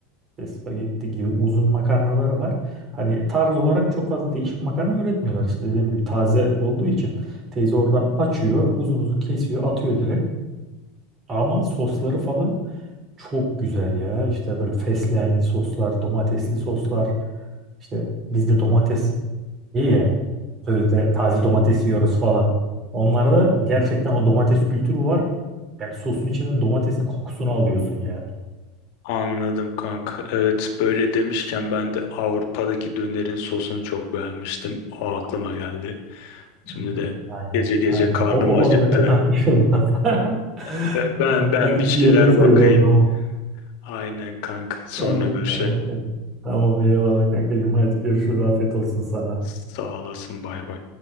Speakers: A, on the right; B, on the left.
A: ve spagetti gibi uzun makarnaları var. Hani tarz olarak çok fazla değişik makarna üretmiyorlar. İşte dediğim gibi taze olduğu için teyze oradan açıyor, uzun uzun kesiyor, atıyor direkt. Ama sosları falan çok güzel ya. İşte böyle fesleğenli soslar, domatesli soslar. İşte bizde domates İyi ya. Sözde taze domates yiyoruz falan. Onlarda gerçekten o domates kültürü var. Yani sosun içinden domatesin kokusunu alıyorsun ya.
B: Anladım kanka. Evet böyle demişken ben de Avrupa'daki dönerin sosunu çok beğenmiştim. O aklıma geldi. Şimdi
A: Hmm.
B: de
A: Aynen.
B: gece gece
A: Aynen.
B: karnım
A: O, o
B: acıktı.
A: konu zaten tartışılmaz. <laughs>
B: Yani Ben
A: Tamam.
B: ben ben
A: Sen git
B: bir şeyler
A: yemek söyle
B: bakayım.
A: o zaman.
B: Aynen kanka. Sonra
A: Tamam.
B: görüşelim.
A: Tamam kanka. Tamam eyvallah kankacığım. Hadi görüşürüz. Afiyet olsun sana.
B: Sağ olasın. Bay bay.